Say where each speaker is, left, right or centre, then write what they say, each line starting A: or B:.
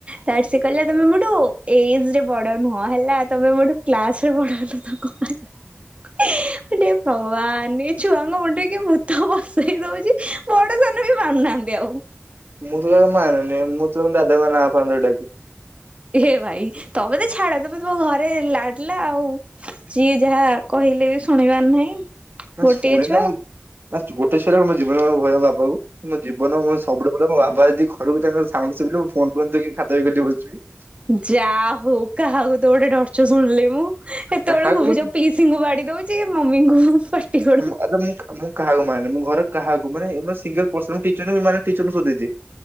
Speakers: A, on the right; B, on the right.
A: ତାର ସେ କହିଲା ତମେ ମୋଠୁ ଏଜ୍ ରେ ବଡ଼ ନୁହଁ ହେଲା। ତମେ ମୋଠୁ କ୍ଲାସ ରେ ବଡହେଲ ତୋ କଣ <inaudible> ମାନେ ଭଗବାନ! ଛୁଆଙ୍କ ମୁଣ୍ଡରେ କିଏ ଭୂତ ବସେଇ ଦଉଛି ବଡ ସାନ ବି ମାନୁ ନାହାନ୍ତି ଆଉ।
B: ମୁଁ ତ ଜମା ମନେନି। ମୁଁ ତୋ ଦାଦାଙ୍କ ନାଁ ଫାଆଁ ଧରି ଡାକେ।
A: ହେ ଭାଇ ତମେ ତୋ ଛାଡ। ତମେ ତମ ଘରେ ଲାଡିଲା ଆଉ ଯିଏ ଯାହା କହିଲେ ଶୁଣିବାର ନାହିଁ।
B: ନା
A: ଗୋଟିଏ
B: ଶୁଣେ
A: ଛୁଆ
B: ନା ମୁଁ। ବାସ୍ ଗୋଟେ ଛୁଆରେ ମୋ ଜୀବନରେ ଭୟ ହେଲା ବାପାକୁ। ମୋ ଜୀବନ ମୁଁ ସବୁଠୁ ବଡ ମୋ ବାପା ଯଦି ଘରକୁ ତାଙ୍କର ସାଉଣ୍ଡ ଶୁଭିଲା ମୁଁ ଫୋନ୍ ବନ୍ଦ ଥଇକି ଖାତା ରେ ବହିରେ ବସିଯିବି।
A: ଯା ହଉ କାହାକୁ ତ ଗୋଟେ ଡର୍ଚ ଶୁଣିଲି ମୁଁ ଏତେବେଳେ
B: କାହାକୁ
A: କହୁଛ
B: ମାନେ
A: ପିସ୍ ସିଙ୍ଗ ବାଡ଼ି ଦଉଛି ମମିଙ୍କୁ ପାଟିକରୁ।
B: ଆ ମୁଁ କାହାକୁ ମାନେ ଘର କାହାକୁ ମାନେଇନୀ ସିଙ୍ଗଲ ପାର୍ଶନ ଟିଚର ମାନେ ଟିଚରଙ୍କୁ ଭି ଦେଇଦିଏ।